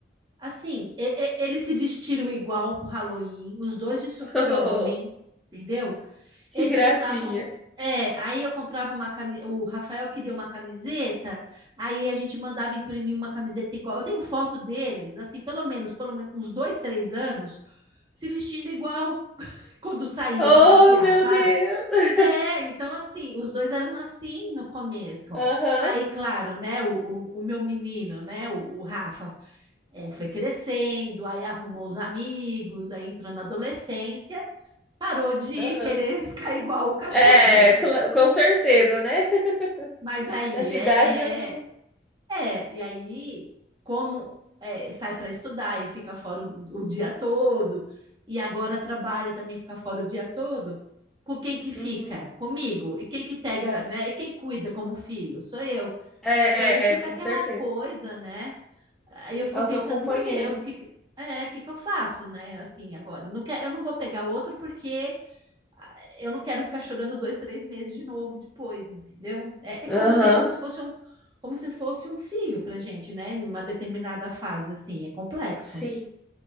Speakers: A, on the right; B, in the centre.
A: assim, e- e- eles se vestiram igual pro Halloween, os dois de super-homem,
B: <laughs>
A: entendeu?
B: que
A: Eles
B: gracinha.
A: usavam. É, aí eu comprava uma camiseta. O Rafael queria uma camiseta, aí a gente mandava imprimir uma camiseta igual. Eu tenho foto deles, assim, pelo menos, pelo menos uns dois, três anos, se vestindo igual <laughs> quando saía
B: Oh,
A: para passear,
B: meu
A: sabe?
B: Deus!
A: É, então assim, os dois eram assim no começo.
B: Aham,
A: Aí, claro, né? O, o, o meu menino, né? O, o Rafa é, foi crescendo, aí arrumou os amigos, aí entrou na adolescência, parou de
B: aham.
A: <laughs> querer ficar igual o cachorro,
B: É,
A: né?
B: cla- com certeza, né? <laughs>
A: Mas aí
B: Essa
A: é,
B: idade
A: é,
B: eu não.
A: é, e aí, como é, sai para estudar e fica fora o, o dia todo, e agora trabalha também fica fora o dia todo, com quem que fica?
B: Uhum.
A: Comigo. E quem que pega, né? E quem cuida como filho? Sou eu.
B: É,
A: E aí fica
B: é, com
A: aquela
B: certeza.
A: coisa, né? Aí eu fico
B: É o
A: pensando,
B: seu companheiro.
A: meu Deus, que que- é, que que eu faço, né? Assim, agora, não quer, eu não vou pegar outro porque ah, eu não quero ficar chorando dois, três meses de novo depois, entendeu? É, é como,
B: Aham,
A: é como se fosse um, como se fosse um filho pra gente, né? Em uma determinada fase, assim, é complexo.
B: sim.